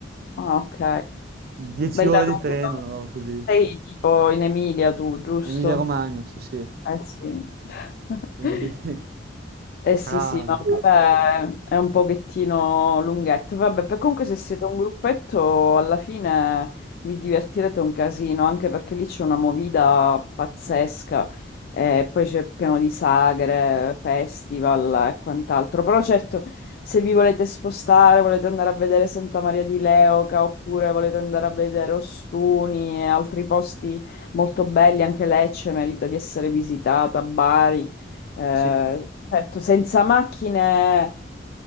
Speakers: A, on the left (about 55°); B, on the right (about 55°).
A: Ah, ok.
B: 10
A: Bella
B: ore di
A: lunga.
B: treno, una roba così,
A: Sei tipo in Emilia tu, giusto?
B: Emilia-Romagna, sì, sì,
A: Eh sì. <laughs>
B: quindi <laughs>
A: Eh sì,
B: sarà...
A: sì, no, vabbè, è un pochettino lunghetto. Vabbè, per- comunque se siete un gruppetto, alla fine vi divertirete un casino, anche perché lì c'è una movida pazzesca. E poi c'è pieno di sagre, festival e quant'altro. Però certo, se vi volete spostare, volete andare a vedere Santa Maria di Leuca, oppure volete andare a vedere Ostuni e altri posti molto belli, anche Lecce merita di essere visitata, Bari. Eh,
B: Sì.
A: certo, senza macchine